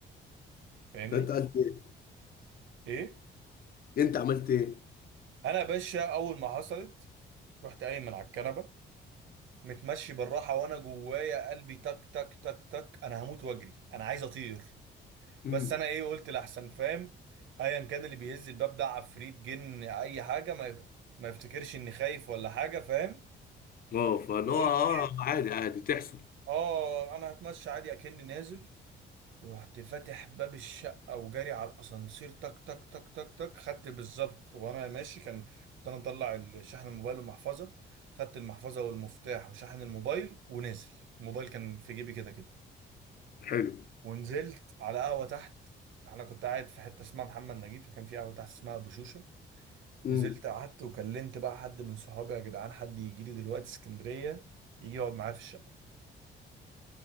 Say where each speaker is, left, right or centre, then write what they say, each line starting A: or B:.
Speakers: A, on the right; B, on the left.
A: فاهمني
B: فانت قلت ايه
A: ايه
B: انت عملت ايه
A: انا يا باشا اول ما حصلت رحت قايم من على الكنبه متمشي بالراحه وانا جوايا قلبي تك تك تك تك انا هموت واجري انا عايز اطير
B: امم
A: بس انا ايه قلت لاحسن فاهم ايا كان اللي بيهز الباب ده عفريت جن اي حاجه ما يف... ما يفتكرش اني خايف ولا حاجه فاهم
B: اه فان
A: وقلت
B: هو اه
A: ايه
B: عادي عادي تحصل
A: اه انا هتمشى عادي اكني نازل رحت فاتح باب الشقة وجاري على الأسانسير تك تك تك تك تك خدت بالظبط وأنا ماشي كان كنت أنا مطلع شحن الموبايل والمحفظة خدت المحفظة والمفتاح وشحن الموبايل ونازل الموبايل كان في جيبي كده كده
B: حلو
A: ونزلت على قهوة تحت أنا كنت قاعد في حتة اسمها محمد نجيب فكان في قهوة تحت اسمها أبو شوشة
B: امم
A: نزلت قعدت وكلمت بقى حد من صحابي يا جدعان حد يجي لي دلوقتي اسكندرية يجي يقعد معايا في الشقة